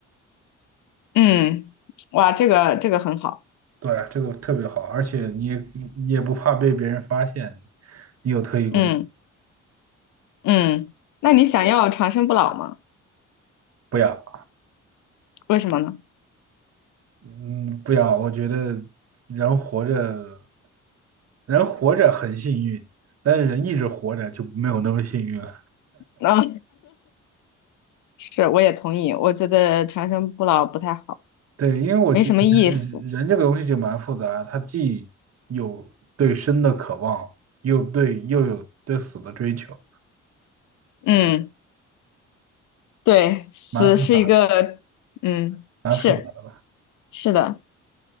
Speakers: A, on the left; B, on the right.
A: 嗯，哇，这个这个很好。
B: 对啊这个特别好，而且你也你也不怕被别人发现你有特异功能。
A: 嗯嗯，那你想要长生不老吗？
B: 不要，
A: 为什么呢？
B: 嗯，不要，我觉得人活着，人活着很幸运，但是人一直活着就没有那么幸运了。
A: 啊，<laughs> 是，我也同意，我觉得长生不老不太好，
B: 对，因为我觉得人人这个东西就蛮复杂它他既有对生的渴望，
A: 没什么意思。
B: 又对又有对死的追求，
A: 嗯，对，死是一个，
B: 蛮复杂的，
A: 嗯，
B: 蛮复杂的。
A: 是是的，